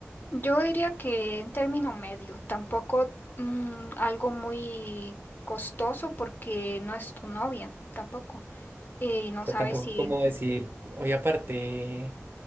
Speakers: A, on the left (about 45°); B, on the right (about 50°).
A: Yo diría que en término medio, tampoco mm, algo muy costoso porque no es tu novia tampoco eh, y no
B: O sea,
A: sabes
B: tampoco
A: si
B: como decir, hoy aparté